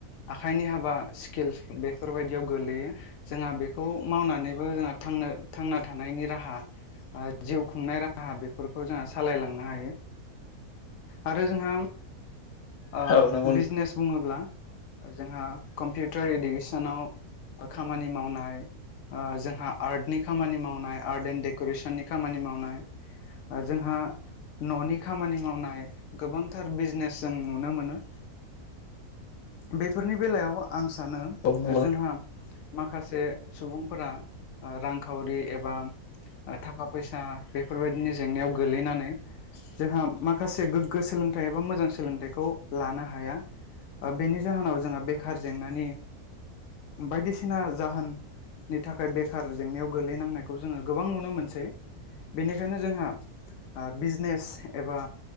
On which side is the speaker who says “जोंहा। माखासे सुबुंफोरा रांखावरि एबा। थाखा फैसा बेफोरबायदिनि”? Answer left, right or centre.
Left